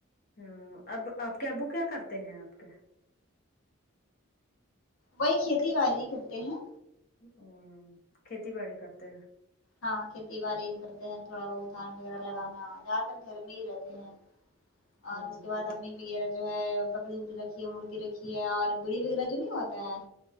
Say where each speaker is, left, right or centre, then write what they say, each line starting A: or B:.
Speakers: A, on the left; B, on the left.
A: ہمم اب آپ کے ابو کیا کرتے ہیں آپ کے
B: وہی کھیتی باڑی کرتے ہیں
A: امم کھیتی باڑی کرتے ہیں
B: ہاں کھیتی بڑی کر تھوڑا بہ دھان وغیرہ لگانا زیادہ تر گھر میں ہی رہتے ہیں اور
A: ہ ہ
B: اس کے بعد امی وغیرہ جو ہے بکری بھی رکھی ہے مرغی رکھی ہے اور بڑی وغیرہ جو نہیں ہوتا ہے